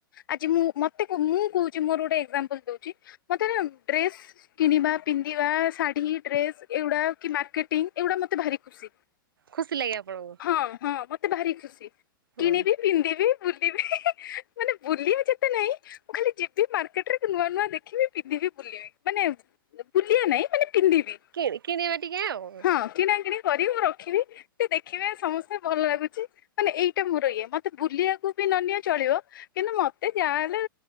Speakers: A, on the left; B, on the right.
A: ଆଜି ମୁଁ ମତେ କୁ ମୁଁ କହୁଛି ମୋର ଗୋଟେ ଏଗ୍ଜାମ୍ <inaudible> ଦଉଛି ମତେ <unintelligible> ଡ୍ରେସ୍ କିଣିବା ପିନ୍ଧିବା ଶାଢ଼ୀ ଡ୍ରେସ ଏଉଡ଼ା କି ମାର୍କେଟିଂ ଏଉଡ଼ା ମତେ ଭାରି ଖୁ ସିି।
B: ଖୁସି ଲାଗେ ଆପଣଙ୍କୁ?
A: ହଁ ହଁ ମୋତେ ଭାରି ଖୁସି
B: ହୁଁ।
A: କିଣିବି। ପିନ୍ଧିବି ବୁଲିବି <unintelligible> ମାନେ ବୁଲିବା ଯେତେ ନାଇଁ ମୁଁ ଖାଲି ଯିବି ମାର୍କେଟରେ ନୂଆ ନୂଆ ଦେଖିବି ପିନ୍ଧିବି ବୁଲି ମାନେ ବୁଲ ନାଇଁ ମାନେ ପିନ୍ଧିବି
B: କିଏବେ କିଣିବା ଟିକେ ଆଉ
A: ହଁ କିଣା କିିଣି କରି ମୁଁ ରଖିନି ସେ ଦେଖିବେ ସମସ୍ତେ ଭଲ ଲାଗୁଛି ମାନେ ଏଇଟା ମୋର ଇଏ ମତ ବୁଲିବାକୁ ବି ନ ନିଅ ଚଳିବ। କିନ୍ତୁ ମତେ ଯାହାହେଲେ